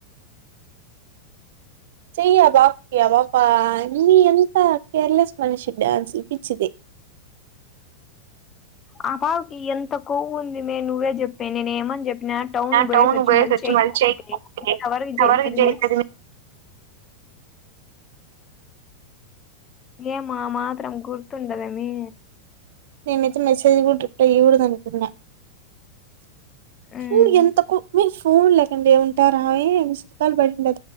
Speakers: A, on the right; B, on the left.
A: చెయ్యా పాపకీ ఆ పాప అమ్మి ఎంత కేర్లెస్ మనిషి డాన్సులు పిచ్చిది
B: ఆ పాపకీ ఎంత కొవ్వు ఉంది మే నువ్వె చెప్పే నేన్ ఏమన్ చెప్ <unintelligible> టౌన్
A: ఆ
B: బొయేసొచ్చి
A: పోయేసి
B: మరి
A: వచ్చి
B: చేయ్
A: మళ్ళీ
B: <unintelligible>
A: చెయ్
B: ఇంతవరకు చేయలేద్
A: ఎవరికి చేయలేదు
B: మే ఏమ్మా ఆ మాత్రం గుర్తుండదెమీ
A: నేనైతే మెస్సేజ్ కూడ రిప్లై ఇయ్యగూడదు అనుకున్న
B: ఉమ్
A: చూడు ఎంత్త కు ఫోన్ లేకండి ఉంటారా మిస్డ్ కాల్ పడింద